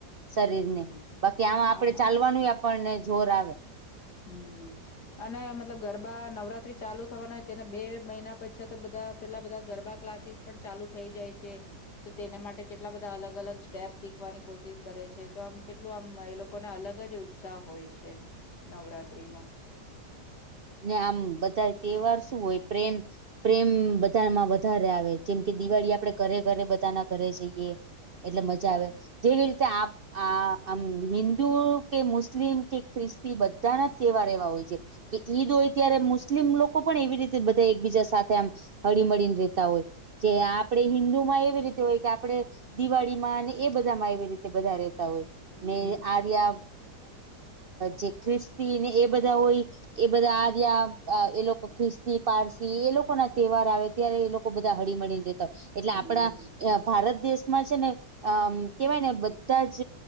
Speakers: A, on the right; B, on the left.
A: શરીર
B: હમ્મ,
A: ને બાકી આમાં
B: હા.
A: આપડે ચાલવાનું આપણને જોર આવે
B: હમ્ અને મતલબ ગરબા નવરાત્રી ચાલુ થવાના હોય તેને બે મહિના પછી તો બધા પેલા બધા ગરબા ક્લાસીસ- પણ ચાલુ થઈ જાય છે. તો તેને માટે કેટલા બધા અલગ અલગ સ્ટેપ શીખવાની કોશિશ કરે છે તો આમ કેટલું આમ એ લોકો- લોકોને અલગ જ ઉત્સાહ હોય છે નવરાત્રી નો-
A: ને આમ બધા તહેવાર શું હોય પ્રેમ- પ્રેમ બધામાં વધારે આવે જેમ કે દિવાળી આપડે ઘરે ઘરે બધાના ઘરે જઈએ- એટલે
B: હમ્મ
A: મજા આવે જેવી રીતે આપ- આ આમ હિન્દુ કે મુસ્લિમ કે ખ્રિસ્તી બધાના તહેવાર એવા હોય છે. કે ઈદ હોય ત્યારે મુસ્લિમ લોકો પણ એવી રીતે બધા એકબીજા સાથે આમ હળીમળીને રહેેતા હોય. જે આપે હિન્દુ માં એવી રીતે હોય કે આપણે- દિવાળી માં અને એ બધા માં એવી રીતે બધા રહેતા હોય-
B: હમ્મ
A: ને આર્ય જે ખ્રિસ્તી ને એ બધા હોય? એ બધા આર્ય એ લોકો ખ્રિસ્તી પારસી એ લોકો ના તહેવાર આવે ત્યારે એ લોકો- બધા હળી મળળીને જેતા હોય એટલે
B: હમ્મ.
A: આપણા- ભારત દેશમાં છે ને અમ કેવાય ને બધા જ